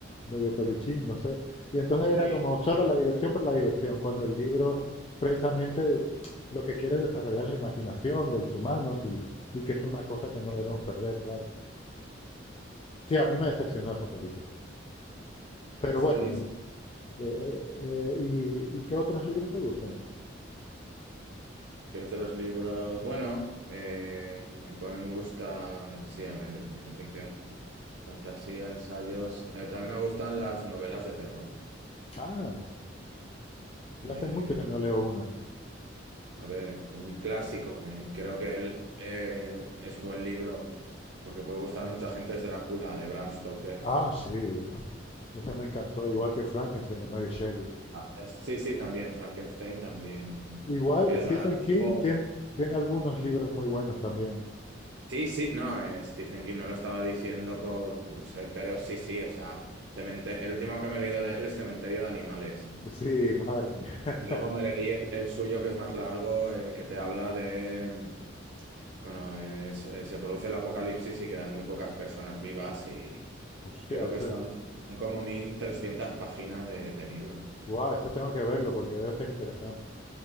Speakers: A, on the left; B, on the right.
A: medio peluchín, no sé. Y entonces era
B: sí,
A: como solo la diversión por la diversión, cuando el libro precisamente lo que quiere es desarrollar la imaginación de los humanos y, y que es una cosa que no
B: sí,
A: debemos perder, claro. Sí, a mí me decepcionó esa película. Pero
B: sí,
A: bueno, eh,
B: sí,
A: eh, eh, y, y qué otros libros te gustan?
B: ¿Qué otros libros? Bueno, eh, me pueden gustar, sí, a ver, de ciencia ficción, fantasía, ensayos. Eh, también me gustan las novelas de terror.
A: Ah,
B: Eh,
A: yo hace mucho que no leo una.
B: a ver, un clásico que creo que él, eh, es buen libro porque puede gustar a mucha gente es Drácula de Bram Stoker.
A: Ah, sí, ese me encantó, igual que Frankenstein de Mary Shelley.
B: Ah, Sí, sí, también, Frankenstein también.
A: Igual
B: Edgar
A: Stephen
B: Allan
A: King
B: Poe.
A: tiene, tiene algunos libros muy buenos también.
B: Sí, sí, no, eh, Stephen King no lo estaba diciendo por, por ser, pero sí, sí, o sea, cemente- el último que me he leído de él es Cementerio de Animales.
A: Sí, madre mía. <laughs>
B: Y luego me leí el, el suyo, que es más largo, eh, que te habla de, mm, bueno, eh, se se produce el apocalipsis y quedan muy pocas personas vivas y
A: Hostia,
B: creo
A: ese,
B: que son, son como 1.300 páginas de, de libro.
A: wow, ese tengo que verlo porque debe ser interesante.